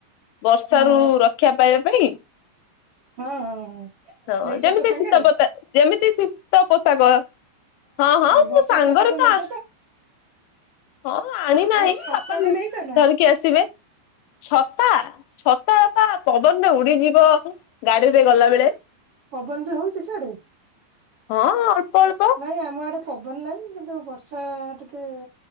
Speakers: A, on the left; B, on the right.
A: ବର୍ଷାରୁ
B: ହଁ।
A: ରକ୍ଷା ପାଇବା ପାଇଁ।
B: ହଁ ହଁ
A: ହଁ
B: ନେଇଛ
A: ଯେମିତି
B: ତ ସାଙ୍ଗରେ?
A: ଶୀତ ପତା ଯେମିତି ଶୀତ ପୋଷାକ। ହଁ ହଁ ମୋ
B: ବର୍ଷା
A: ସାଙ୍ଗରେ
B: ପୋଷାକ ନେଇଛ
A: ତ ଆସ ହଁ ଆଣିି
B: ଆଉ ଛାତ
A: ଉଁ
B: ବି ନେଇଛ ନା
A: ଧରିକି ଆସିବେ ଛତା ଛତା ତା ପବନରେ ଉଡିଯିବ ଗାଡିରେ ଗଲା ବେଳେ।
B: ପବନ ବି ହଉଚି ସିଆଡୁ
A: ହଁ ଅଳ୍ପ ଅଳ୍ପ
B: ନାଇଁ ଆମ ଆଡେ ପବନ ନାହିଁ କିନ୍ତୁ ବର୍ଷା ଟିକେ